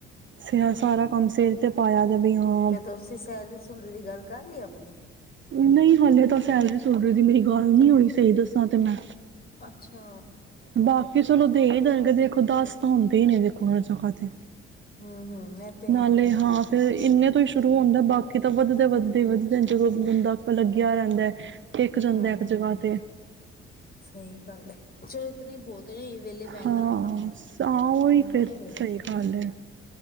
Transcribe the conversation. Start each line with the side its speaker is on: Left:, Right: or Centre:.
Right: ਸ <unintelligible> ਸਾਰਾ ਕੰਮ ਸਿਰ ਤੇ ਪਾਇਆ ਦਾ ਵੀ ਹਾਂ
Left: ਫਿਰ ਤੁਸੀ ਸੈਲਰੀ-ਸੁਲਰੀ ਦੀ ਗੱਲ ਕਰ ਲੀ ਆਪਣੀ
Right: ਨਹੀਂ, ਹਲੇ ਤਾਂ ਸੈਲਰੀ-ਸੁਲਰੀ ਦੀ ਮੇਰੀ ਗੱਲ ਨਹੀਂ ਹੋਣੀ, ਸਹੀ ਦੱਸਾਂ ਤੇ ਮੈਂ।
Left: ਅੱਛਾ।
Right: ਬਾਕੀ ਚਲੋ ਦੇ ਹੀ ਦੇਣਗੇ ਦੇਖੋ ਦਸ ਤਾਂ ਹੁੰਦੇ ਹੀ ਨੇ ਦੇਖੋ ਹਰ ਜਗ੍ਹਾ ਤੇ
Left: ਹੂੰ- ਹੂੰ ਐ ਤੇ
Right: ਨਾਲੇ
Left: ਹੈ ਹੀ
Right: ਹਾਂ
Left: ਐ।
Right: ਫਿਰ ਇੰਨੇ ਤੋਂ ਹੀ ਸ਼ੁਰੂ ਹੁੰਦਾ ਬਾਕੀ ਤਾਂ ਵੱਧਦੇ- ਵੱਧਦੇ- ਵੱਧਦੇ ਜਦੋਂ ਬੰਦਾ ਲੱਗਿਆ ਰਹਿੰਦਾ। ਟਿਕ ਜਾਂਦਾ
Left: ਹਾਂ,
Right: ਇੱਕ ਜਗ੍ਹਾ ਤੇ
Left: ਸਹੀ ਗੱਲ ਏ। ਚਲੋ ਇਤਨੇ ਹੀ ਬਹੁਤ ਨੇ ਵਿਹਲੇ ਬਹਿਣ
Right: ਹਾਂ
Left: ਨਾਲੋਂ ਤਾਂ
Right: ਹਾਂ ਉਹੀ ਫਿਰ
Left: ਨਹੀਂ ਹੂੰ-ਹੂੰ
Right: ਸਹੀ ਗੱਲ ਹੈ